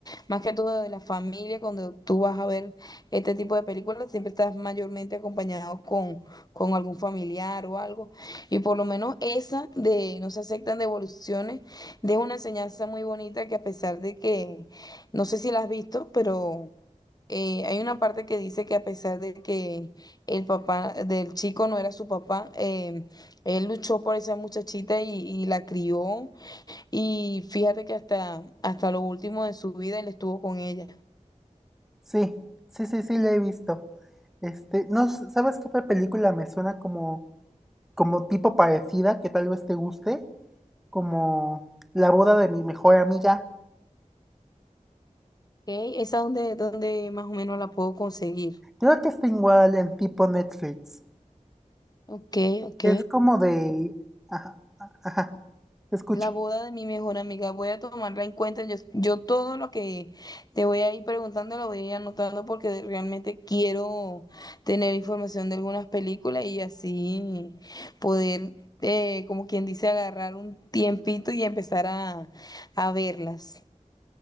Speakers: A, on the left; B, in the centre.
A: más que todo de la familia, cuando tú vas a ver este tipo de películas, siempre estás mayormente acompañado con, con algún familiar o algo. Y por lo menos esa de no se aceptan devoluciones, deja una enseñanza muy bonita que a pesar de que, no sé si la has visto, pero eh, hay una parte que dice que a pesar de que el papá del chico no era su papá, eh, él luchó por esa muchachita y, y la crió. Y fíjate que hasta, hasta lo último de su vida él estuvo con ella.
B: Sí, sí, sí, sí, la he visto. Este, no, s- ¿sabes qué otra película me suena como, como tipo parecida, que tal vez te guste? Como La boda de mi mejor amiga.
A: ok Esa es donde, donde más o menos la puedo conseguir.
B: Creo que está igual en tipo Netflix.
A: Ok, ok.
B: Es como de... Ajá, ajá, te escucho.
A: La boda de mi mejor amiga, voy a tomarla en cuenta. Yo, yo todo lo que te voy a ir preguntando lo voy a ir anotando porque realmente quiero tener información de algunas películas y así poder, eh, como quien dice, agarrar un tiempito y empezar a, a verlas.